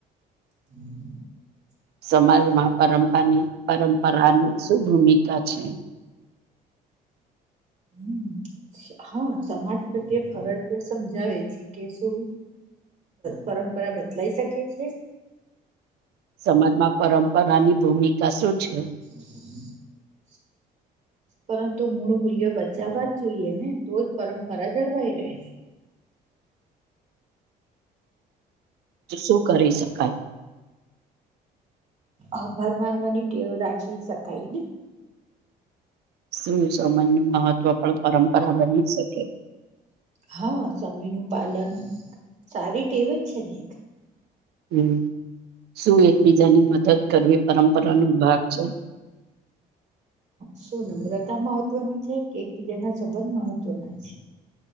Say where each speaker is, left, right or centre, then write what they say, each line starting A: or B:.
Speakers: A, on the right; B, on the right.
A: <unintelligible>
B: સમાજમાં પરંપરાની પરંપરાની શું ભૂમિકા છે?
A: હમ્મ. હા સમાજ પ્રત્યે ફરજ સમજાવે છે કે શું પરંપરા બદલાઈ શકે છે?
B: સમાજમાં પરંપરાની ભૂમિકા શું છે?
A: હ પરંતુ મૂળ મૂલ્યો બચાવવા જ જોઈએ ને તો જ પરંપરા જળવાઈ રહે.
B: <inaudible> શું કરી શકાય?
A: આભર માનવાની ટેવ રાખી શકાય ને.
B: શું સમયની મહત્વ પણ પરંપરા બની શકે?
A: હા સમયનું પાલન સારી ટેવ જ છે ને એક.
B: હમ શું એકબીજાની મદદ કરવી પરંપરા નો ભાગ છે
A: શું નમ્રતા મહત્વની છે એકબીજા ના સંબંધ મહત્વના છે